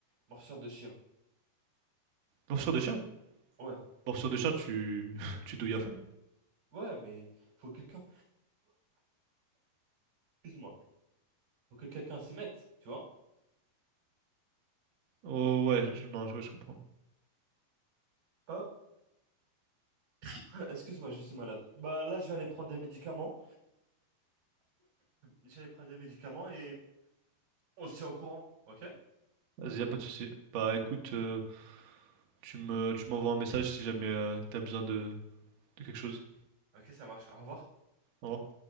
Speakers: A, on the right; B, on the right.
A: morsure de chien.
B: Morsure de chien.
A: Ouais,
B: Morsure de chien, tu <laughs> tu douilles à fond.
A: ouais, mais faut quelqu'un. <coughs> excuse-moi. Faut que quelqu'un s'y mette, tu vois?
B: Oh ouais, je- non, je, ouais, je comprends.
A: Ah, <clears throat> excuse-moi, je suis malade. Bah là, je vais aller prendre des médicaments. Je vais aller prendre des médicaments et on se tient au courant, ok?
B: Vas-y, y a pas de souci. Bah écoute, euh, tu me, tu m'envoies un message si jamais euh, t'as besoin de, de quelque chose.
A: Ok, ça marche. Au revoir.
B: Au revoir.